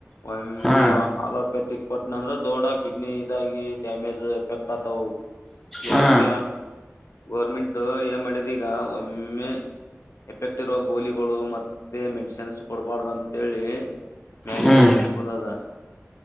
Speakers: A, on the left; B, in the centre.
A: ಒಮ್ಮೆ
B: ಹಾ
A: ಅಲೋಪ್ಯತಿಕ್ ಕೊಟ್ಟನಂದ್ರ ದೊಡ್ಡ ಕಿಡ್ನಿ ಇದಾಗಿ ಡ್ಯಾಮೇಜ್ ಎಫೆಕ್ಟ್ ಆತಾವ
B: ಹಾ
A: ಅದಕ್ಕ ಗೋರ್ಮೆಂಟ್ ಏನ್ ಮಾಡಿದ ಈಗ ಒಮ್ಮೆ ಎಫೆಕ್ಟ್ ಇರುವ ಗೋಲಿಗಳು ಮತ್ ಮೆಡಿಸಿನ್ಸ್ ಕೊಡಬಾರ್ದ ಅಂತ ಹೇಳಿ ಮೇಲಿಂದ
B: ಹ್ಮ್
A: ರೂಲ್ಸ್ ಬಂದದ